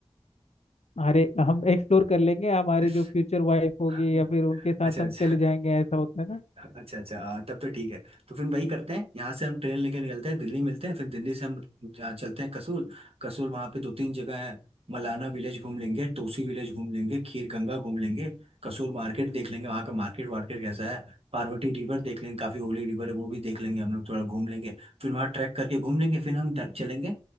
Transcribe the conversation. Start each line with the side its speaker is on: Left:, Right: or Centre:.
Left: अरे हम एक्सप्लोर कर लेंगे हमारे
Right: <laughs>
Left: जो फ्यूचर वाइफ
Right: <laughs>
Left: होगी या फिर उनके साथ
Right: अच्छा
Left: हम
Right: अच्छा
Left: चले जाएंगे ऐसा होता है ना
Right: अच्छा अच्छा हाँ, तब तो ठीक है तो फिर वही करते हैं यहाँ से हम ट्रेन लेके निकलते हैं दिल्ली मिलते हैं फिर दिल्ली से हम जा- चलते हैं कसूल कसूल वहाँ पे दो तीन जगह है मलाना विलेज घूम लेंगे तोसी विलेज घूम लेंगे खीर गंगा घूम लेंगे कसूल मार्केट देख लेंगे वहाँ का मार्केट वार्केट कैसा है पार्वती रिवर देख लेंगे काफी होली रिवर है वो भी देख लेंगे हम लोग थोड़ा घूम लेंगे फिर वहाँ ट्रैक करके घूम लेंगे फिर हम ड- चलेंगे